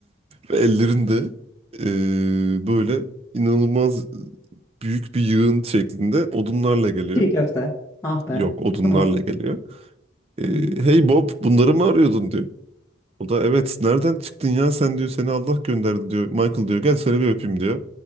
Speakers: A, on the right; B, on the left.
A: Ve ellerinde eee, böyle inanılmaz büyük bir yığın şeklinde odunlarla geliyor.
B: <laughs> Çiğ köfte. Ah be.
A: Yok odunlarla
B: Tamam.
A: geliyor. Eee,
B: Hı hı,
A: hey Bob bunları mı arıyordun diyor. O da evet nereden çıktın ya sen diyor seni Allah gönderdi diyor. Michael diyor gel seni bir öpeyim diyor.